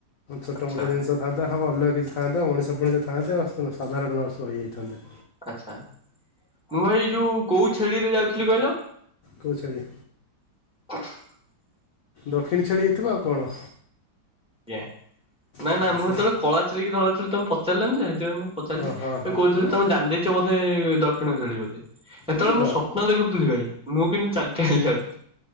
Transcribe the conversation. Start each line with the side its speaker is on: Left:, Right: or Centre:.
Left: ଛୋଟମୋଟ
Centre: ଆଚ୍ଛା
Left: ଜିନିଷ ଥାଆନ୍ତା ହଁ ଅଲଗଆ କିଛି ଥାନ୍ତା ମଣିଷ ମଣିଷ ଥାଆନ୍ତେ ଆ ସାଧାରଣ ନର୍ସ ରହିଯାଇଥାନ୍ତେ।
Centre: ଆଛା ମୁଁ ଭାଇ ଯୋଉ କୋଉ ଛେଳିରେ ଯାଉଥିଲି କହିଲ?
Left: କୋଉ ଛେଳି?
Centre: <inaudible>
Left: ଦକ୍ଷିଣି ଛେଳି ହେଇଥିବ ଆଉ କଣ?
Centre: ଆଜ୍ଞା ନା
Left: ହଁ,
Centre: ନା ମୁଁ
Left: ସେ
Centre: ସେତେବେଳେ କଳା ଛେଳି କି ଧଳା ଛେଳି ତମେ ପଚାରିଲନି ଯେ ସେଥିପାଇଁ ମୁଁ ପଚାରିଲି
Left: ଓହୋ ହଁ
Centre: କହୁଥିଲି
Left: ନା
Centre: ତମେ ଜାଣିଦେଇଛ ବୋଧେ ଦକ୍ଷିଣ ଝେଳି ବୋଲି। ସେତେବେଳେ
Left: ହଁ ଦ
Centre: ମୁଁ ସ୍ୱପ୍ନ ଦେଖୁଥିଲି ଭାଇ ମୁଁ କିନ୍ତୁ ଚାଲି ଚାଲି ଯାଉଥିଲି।